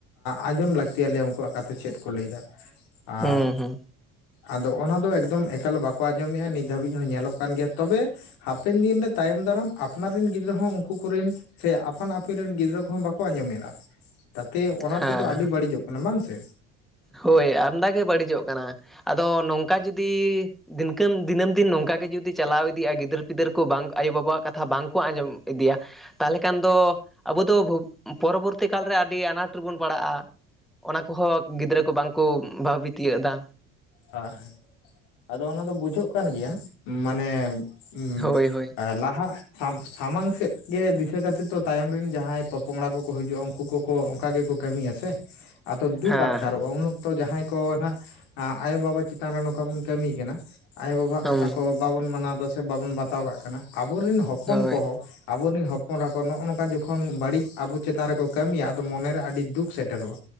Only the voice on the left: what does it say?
ᱟᱸᱡᱚᱢ ᱞᱟᱹᱠᱛᱤᱭᱟᱞᱮᱭᱟ ᱩᱱᱠᱩᱣᱟᱜ ᱠᱟᱛᱷᱟ ᱪᱮᱫ ᱠᱚ ᱞᱟᱹᱭᱫᱟ ᱟᱨ
ᱟᱫᱚ ᱚᱱᱟᱫᱚ ᱮᱠᱫᱚᱢ ᱮᱠᱟᱞ ᱵᱟᱠᱚ ᱟᱸᱡᱚᱢᱮᱫᱼᱟ ᱱᱤᱛ ᱫᱷᱟᱹᱵᱤᱡᱽ ᱦᱚᱸ ᱧᱮᱞᱚᱜ ᱠᱟᱱ ᱜᱮᱭᱟ ᱛᱚᱵᱮ ᱦᱟᱯᱮᱱ ᱫᱤᱱ ᱨᱮ ᱛᱟᱭᱚᱢ ᱫᱟᱨᱟᱢ ᱟᱯᱱᱟᱨ ᱨᱮᱱ ᱜᱤᱫᱽᱨᱟᱹ ᱦᱚᱸ ᱩᱱᱠᱩ ᱟᱠᱚ ᱠᱚᱨᱮᱱ ᱥᱮ ᱟᱯᱟᱱ ᱟᱹᱯᱤᱱ ᱨᱮᱱ ᱜᱤᱫᱽᱨᱟᱹ ᱠᱚᱦᱚᱸ ᱵᱟᱠᱚ ᱟᱸᱡᱚᱢᱮᱫᱟ ᱛᱟᱛᱮ ᱚᱱᱟ
ᱛᱮᱫᱚ ᱟᱹᱰᱤ ᱵᱟᱹᱲᱤᱡᱚᱜ ᱠᱟᱱᱟ ᱠᱟᱱᱟ ᱵᱟᱝ ᱥᱮ
ᱟᱦ ᱟᱫᱚ ᱚᱱᱟ ᱫᱚ ᱵᱩᱡᱷᱟᱹᱜ ᱠᱟᱱ ᱜᱮᱭᱟ ᱢᱟᱱᱮ ᱦᱩᱸ
ᱞᱟᱦᱟ ᱥᱟᱢᱟᱝ ᱥᱮᱫ ᱜᱮ ᱫᱤᱥᱟᱹ ᱠᱟᱛᱮ ᱛᱚ ᱛᱟᱭᱚᱢ ᱨᱮᱱ ᱡᱟᱦᱟᱸᱭ ᱯᱚᱯᱚᱝᱲᱟ ᱠᱚᱠᱚ ᱦᱤᱡᱩᱜᱼᱟ ᱩᱱᱠᱩ ᱠᱚ ᱠᱚ ᱚᱱᱠᱟ ᱜᱮᱠᱚ ᱠᱟᱹᱢᱤᱭᱟ ᱥᱮ ᱟᱫᱚ ᱫᱩᱠ
ᱟᱴᱠᱟᱨᱚᱜᱼᱟ ᱩᱱ ᱚᱠᱛᱚ ᱡᱟᱦᱟᱸᱭ ᱠᱚ ᱱᱟᱦᱟᱜ ᱟᱭᱳᱼᱵᱟᱵᱟ ᱪᱮᱛᱟᱱ ᱨᱮ ᱱᱚᱝᱠᱟ ᱵᱚᱱ ᱠᱟᱹᱢᱤ ᱠᱟᱱᱟ ᱟᱭᱳ ᱵᱟᱵᱟ ᱣᱟᱜ ᱠᱟᱛᱷᱟ
ᱠᱚ ᱵᱟᱵᱚᱱ ᱢᱟᱱᱟᱣ ᱫᱟ ᱥᱮ ᱵᱟᱵᱚᱱ ᱵᱟᱛᱟᱣ ᱠᱟᱜ ᱠᱟᱱᱟ ᱟᱵᱚᱨᱤᱱ ᱦᱚᱯᱚᱱ
ᱠᱚᱦᱚᱸ ᱟᱵᱚᱨᱮᱱ ᱦᱚᱯᱚᱱᱨᱟ ᱠᱚ ᱱᱚᱜᱼᱚ ᱱᱚᱝᱠᱟ ᱡᱚᱠᱷᱚᱱ ᱵᱟᱹᱲᱤᱡ ᱟᱵᱚ ᱪᱮᱛᱟᱱ ᱨᱮᱠᱚ ᱠᱟᱹᱢᱤᱭᱟ ᱟᱫᱚ ᱢᱚᱱᱮᱨᱮ ᱟᱹᱰᱤ ᱫᱩᱠ ᱥᱮᱴᱮᱨᱚᱜᱼᱟ